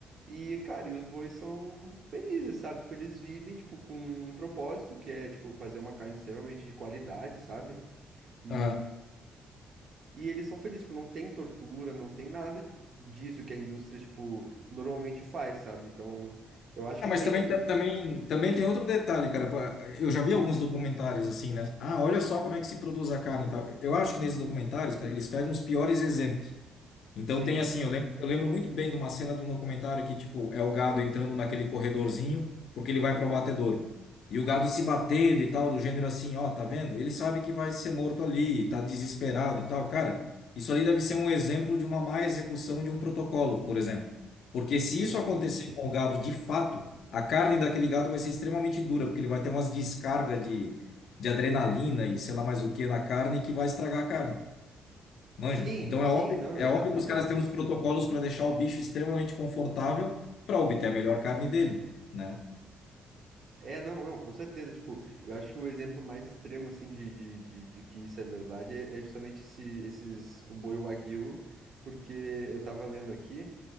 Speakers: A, on the right; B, on the left.
A: E, cara, e os bois são felizes, sabe? Tipo, eles vivem, tipo, com um propósito, que é, tipo, fazer uma carne extremamente de qualidade, sabe? E,
B: Aham.
A: e eles são felizes, tipo, não tem tortura, não tem nada disso que a indústria, tipo, normalmente faz, sabe? Então, eu acho
B: É,
A: que
B: mas
A: tem...
B: também, ta- também, também tem outro detalhe, cara. Pô, Eu já vi alguns documentários assim, né? Ah, olha só como é que se produz a carne e tal. Eu acho que nesses documentários, cara, eles pegam os piores exemplos. Então
A: Sim,
B: tem assim, eu lembro, eu lembro muito bem de uma cena de um documentário que, tipo, é o gado entrando naquele corredorzinho, porque ele vai para o batedouro. E o gado se batendo e tal, do gênero assim, ó, tá vendo? Ele sabe que vai ser morto ali, tá desesperado e tal. Cara, isso ali deve ser um exemplo de uma má execução de um protocolo, por exemplo. Porque
A: sim.
B: se isso acontecer com o gado de fato, a carne daquele gado vai ser extremamente dura, porque ele vai ter umas descargas de, de adrenalina e sei lá mais o que na carne que vai estragar a carne. Manja.
A: Sim,
B: Então
A: sim,
B: é óbvio,
A: não,
B: é
A: exatamente.
B: óbvio que os caras têm uns protocolos para deixar o bicho extremamente confortável para obter a melhor carne dele, né?
A: É, não, não, com certeza. Tipo, eu acho que o exemplo mais extremo, assim, de, de, de, de que isso é verdade é, é justamente esse, esses, o boi Wagyu, porque eu tava lendo aqui.